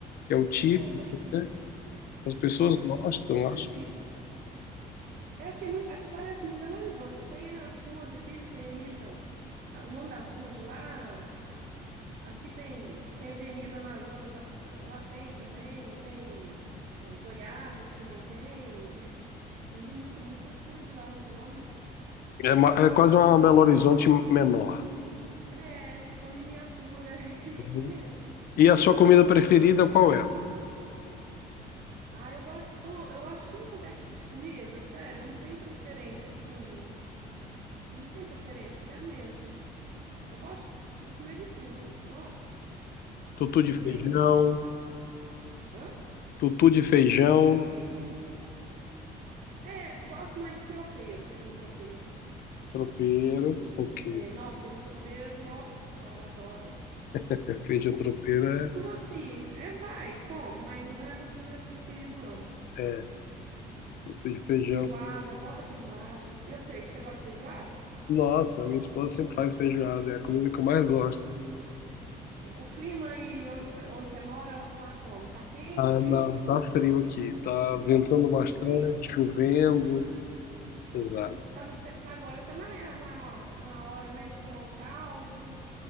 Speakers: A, on the left; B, on the right.
A: que é o típico,
B: É, é parecido.
A: né? As pessoas
B: É,
A: gostam,
B: bem parecido.
A: acho.
B: É, aqui, é muito, aqui parece muito Belo Horizonte. Tem as ruas aqui, você imita ah, o nome das ruas de lá. Aqui tem, tem Avenida Amazonas, lá, t- lá tem também, tem é, Goiás, aqui também tem. <laughs> Eles imitam muitas ruas de lá, os nomes.
A: É, ma- é quase uma Belo Horizonte menor.
B: É, tipo a miniatura, <laughs> é
A: Uhum.
B: isso mesmo.
A: E a sua comida preferida qual é?
B: Ah, eu gosto, eu gosto de tudo quanto é tipo de comida, sério, eu não tenho preferência, assim, não tenho preferência, sério mesmo. Eu gosto de comer de tudo. Nossa,
A: Tutu
B: deixa
A: de
B: eu
A: feijão,
B: ver. Hã?
A: tutu de feijão,
B: É, eu gosto mais de tropeiro, feijão tropeiro.
A: tropeiro. Ok,
B: É, não, feijão tropeiro, nossa senhora, adoro.
A: É, feijão tropeiro é,
B: Tutu, assim, é vai, como, mas não é dos meus preferidos, não.
A: é tutu de feijão.
B: Feijoada, adoro feijoada. E eu sei, você gosta de feijoada?
A: Nossa, minha esposa sempre faz feijoada, é a comida que eu mais gosto.
B: É, o clima aí on- onde, você mora tá como? Tá quente,
A: Ah,
B: frio?
A: não, tá frio aqui. Tá ventando bastante,
B: Tá frio?
A: chovendo. Exato.
B: Tá, na- tá, no, pe- tá agora, tá na, na, na hora, né, de tomar um caldo,